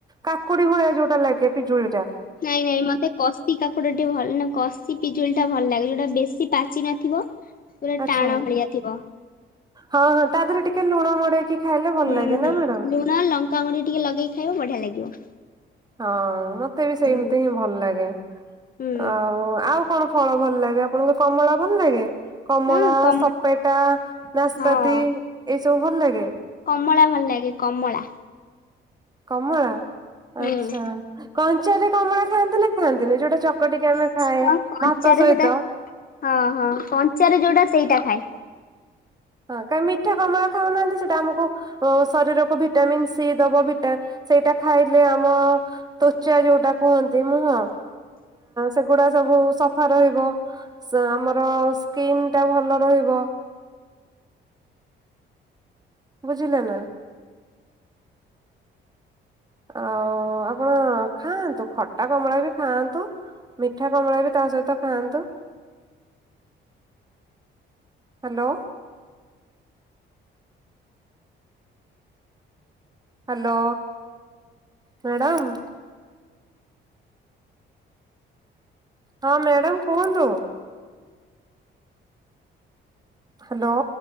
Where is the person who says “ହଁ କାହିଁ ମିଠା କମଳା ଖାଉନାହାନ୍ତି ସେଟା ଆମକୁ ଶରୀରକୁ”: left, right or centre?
Right